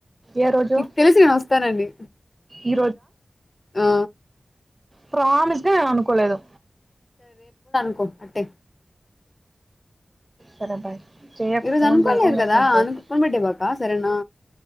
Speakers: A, on the right; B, on the left.
A: ఏ రోజు
B: నీకు తెలిసు నను వస్తానండి
A: ఈ
B: ఆ
A: ప్రమిష్గా నేను అనుకోలేదు
B: కో అట్టే
A: క బాయ్ చేయకు
B: ఈరోజు
A: ఫోన్
B: అనుకోవాలలేదు
A: చేయకు మెసేజ్
B: కదా
A: చేయకు
B: అను పన్బట్టే బకా సరేనా